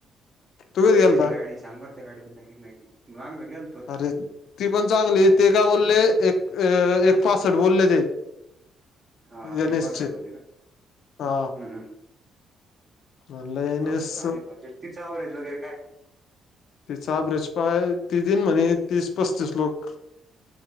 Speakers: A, on the left; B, on the right.
A: तू कधी
B: कसं
A: गेलता
B: काय ती गाडी? सांग बर त्या गाडी बद्दल काही माहिती मांग गेल
A: अरे ती पण चांगली आहे, ते काय बोलले एक एक पासष्ट बोलले ते.
B: हा एक
A: एन एस
B: पासठ
A: चे
B: बोलले का?
A: हा
B: हम्म हम्म
A: म्हणलं एन
B: बापरे
A: एस
B: भारी, म्हजे तिचं आवरेज वगैरे काय?
A: तिचं आव्हरेज पहाय, ती देईन म्हणे तीस पस्तीस लोक